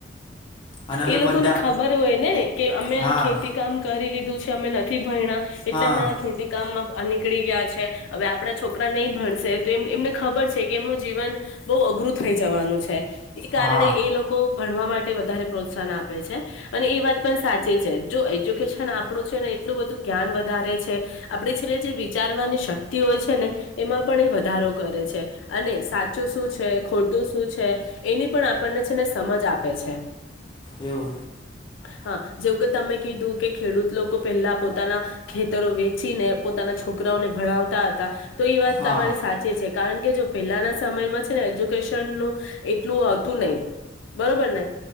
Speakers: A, on the left (about 25°); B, on the left (about 80°).
A: અને હવે
B: એ
A: બધા
B: લોકોને ખબર હોય, ને કે અમે
A: હા
B: આ ખેતી કામ કરી લીધું છે. અમે નથી, ભરણા
A: હા
B: એટલે અમે, આ ખેતી કામમાં નીકળી ગયા છે, હવે આપણા છોકરા નહી, ભણશે તો એમ એમને ખબર છે, કે એમનું જીવન બહુ અઘરું થઈ, જવાનું છે. એ કારણે,
A: હા
B: એ લોકો ભણવા માટે વધારે પ્રોત્સાહન આપે છે, અને એ વાત પણ સાચી છે, જો એજ્યુકેશન આપણું છે ને એટલું બધું જ્ઞાન વધારે છે, આપણી છેલ્લે જે વિચારવાની શક્તિ હોય છે, ને એમાં પણ એ વધારો કરે છે, અને. ચું શું છે, ખોટું શું છે. છે, એની પણ આપણને છે, ને સમજ આપે છે.
A: એવુ
B: હા, જેવું કે તમે કીધું કે ખેડૂત લોકો પેલા પોતાના ખેતરો વેચીને પોતાના છોકરાઓને ભણાવતા, હ. તો એ વાત
A: હા
B: તમારી સાચે છે. કારણ કે, જો પહેલાના સમયમાં છેને, એજ્યુકેશન નુ. એટલું હતુ નહી, બરોબર ને.